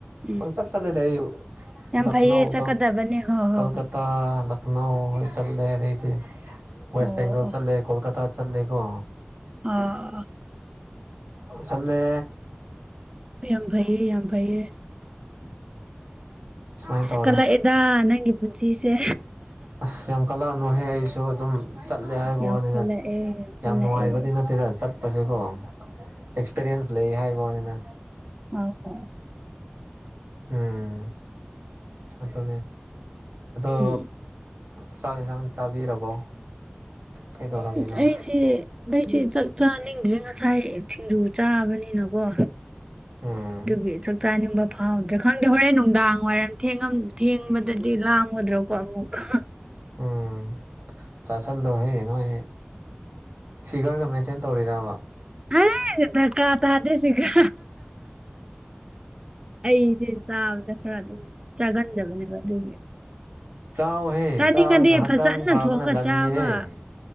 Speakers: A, on the right; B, on the right.
A: ꯎꯝ
B: ꯄꯪ ꯆꯠ ꯆꯠꯂꯦꯗ ꯑꯩ
A: ꯌꯥꯝ
B: ꯂꯈꯅꯧꯒ
A: ꯐꯩꯌꯦ ꯆꯠꯀꯗꯕꯅꯦ ꯍꯣꯏ ꯍꯣꯏ
B: ꯀꯜꯀꯇꯥ ꯂꯈꯅꯧ ꯆꯠꯂꯦ ꯑꯗꯩꯗꯤ ꯋꯦꯁ
A: ꯑꯣ
B: ꯕꯦꯡꯒꯜ
A: ꯑꯣ
B: ꯆꯠꯂꯦ ꯀꯣꯜꯀꯇꯥ ꯆꯠꯂꯦꯀꯣ
A: ꯑꯥ
B: ꯁꯜꯦ
A: ꯌꯥꯝ ꯐꯩꯌꯦ ꯌꯥꯝ ꯐꯩꯌꯦꯦ
B: ꯁꯨꯃꯥꯏꯅ ꯇꯧꯔꯦ
A: ꯀꯂꯛꯑꯗꯥ ꯅꯪꯒꯤ ꯄꯨꯟꯁꯤꯁꯦ
B: ꯑꯁ ꯌꯥꯝ ꯀꯜꯂꯛꯑꯅꯨꯍꯦ ꯑꯩꯁꯨ ꯑꯗꯨꯝ ꯆꯠꯂꯦ ꯍꯥꯏꯕ
A: ꯌꯥꯝ
B: ꯋꯥꯅꯤꯅ
A: ꯀꯜꯂꯛꯑꯦ
B: ꯌꯥꯝ
A: ꯀꯜꯂꯛꯑꯦ
B: ꯅꯨꯡꯉꯥꯏꯕꯗꯤ ꯅꯠꯇꯦꯗ ꯆꯠꯄꯁꯦꯀꯣ ꯑꯦꯛꯁꯄꯤꯦꯔꯤꯌꯦꯟꯁ ꯂꯩ ꯍꯥꯏꯕꯅꯤꯅ
A: ꯑ ꯍꯣ
B: ꯎꯝ ꯑꯗꯣ ꯑꯗꯣ
A: ꯎꯝ
B: ꯆꯥꯛ ꯌꯦꯟꯁꯥꯡ ꯆꯥꯕꯤꯔꯕꯣ ꯀꯩꯗꯧꯔꯝꯃꯤꯅꯣ
A: ꯎꯝ ꯑꯩꯁꯤꯦ ꯑꯩꯁꯦ ꯆꯥꯛ ꯆꯥꯅꯤꯡꯗ꯭ꯔꯦ ꯉꯁꯥꯏ ꯁꯤꯡꯖꯨ ꯆꯥꯕꯅꯤꯅꯀꯣ
B: ꯎꯝ
A: ꯑꯗꯨ ꯆ ꯆꯥꯅꯤꯡꯕ ꯐꯥꯎꯗ꯭ꯔꯦ ꯈꯪꯗꯦ ꯍꯣꯔꯦꯟ ꯅꯨꯡꯗꯥꯡ ꯋꯥꯏꯔꯝ ꯊꯦꯡꯕꯗꯗꯤ ꯂꯥꯡꯉꯨꯗ꯭ꯔꯣꯀꯣ ꯑꯃꯨꯛꯀ
B: ꯎꯝ ꯆꯥꯁꯜꯗꯣ ꯍꯌꯦ ꯅꯣꯏ ꯐꯤꯒꯔꯒ ꯃꯦꯟꯇꯦꯟ ꯇꯧꯔꯤꯔꯕ
A: ꯑ ꯗꯙꯀꯥ ꯇꯗꯦ ꯁꯤꯒ ꯑꯩꯁꯦ ꯆꯥꯕꯗ ꯈꯔ ꯑꯗꯨꯝ ꯆꯥꯒꯟꯗꯕꯅꯦꯕ ꯑꯗꯨꯒꯤ
B: ꯆꯥꯎꯍꯦ
A: ꯆꯥꯅꯤꯡꯉꯗꯤ
B: ꯆꯥꯔꯒ ꯍꯛꯆꯥꯡ
A: ꯐꯖꯅ
B: ꯐꯕꯅ
A: ꯊꯣꯡꯉ
B: ꯂꯟꯅꯤꯍꯦ
A: ꯆꯥꯕ